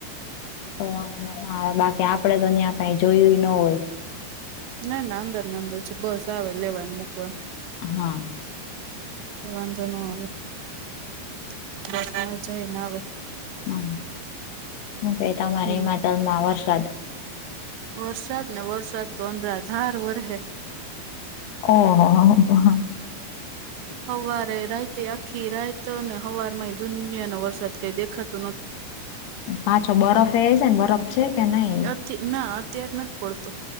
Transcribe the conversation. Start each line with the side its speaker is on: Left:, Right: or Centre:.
Left: તો વાંધો ના આવે બાકી આપડે તો ન્યા કાઈ જોયું ય ન હોય
Right: ના ના અંદર ને અંદર છે બસ આવે લેવાને મૂકવા
Left: હા.
Right: વાંધો નો આવે <inaudible>
Left: હા હું બેઠા
Right: હમ
Left: <unintelligible> ત મા વરસાદ
Right: વરસાદ ને વરસાદ તો અંદરાધાર વરે હે.
Left: ઓહ હો હો.
Right: હવારે રાઈતે આખી રાતને હવાર માંય દુનિયા નો વરસાદ કઈ દેખાતું નોતુ
Left: પાછો બરફ એ છે ને બરફ છે. કે નહી
Right: નથી ના અત્યાર નથ પડતો.